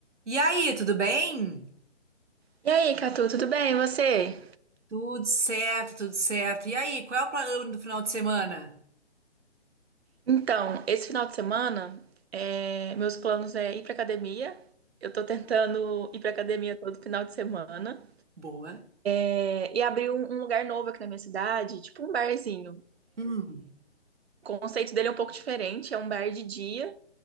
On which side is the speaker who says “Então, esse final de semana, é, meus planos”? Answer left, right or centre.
Right